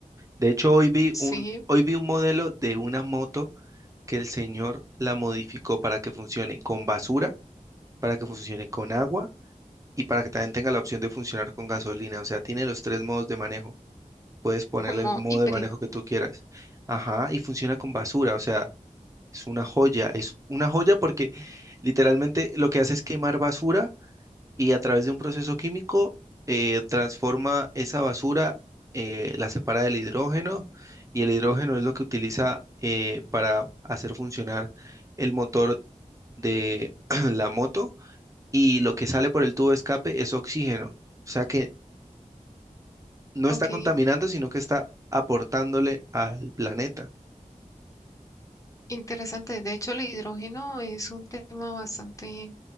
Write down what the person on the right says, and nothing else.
De hecho, hoy vi
un, hoy vi un modelo de una moto que el señor la modificó para que funcione con basura, para que funcione con agua y para que también tenga la opción de funcionar con gasolina. O sea, tiene los tres modos de manejo. Puedes ponerle
el modo
de manejo que tú quieras. Ajá, y funciona con basura, o sea. Es una joya, es una joya porque literalmente lo que hace es quemar basura y a través de un proceso químico eh, transforma esa basura, eh, la separa del hidrógeno y el hidrógeno es lo que utiliza eh, para hacer funcionar el motor de <clears throat> la moto y lo que sale por el tubo de escape es oxígeno. O sea que no
está contaminando, sino que está aportándole al planeta.